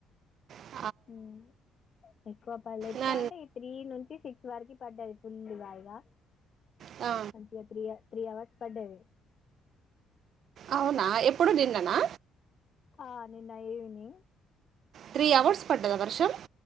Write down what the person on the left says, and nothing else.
ఉమ్ ఎక్కువ పడలే
కానీ త్రీ నుంచి సిక్స్ వరకు పడ్డది ఫుల్ గా ఇగా
ఇగ త్రీ త్రీ అవర్స్ పడ్డది
ఆ నిన్న ఈవనింగ్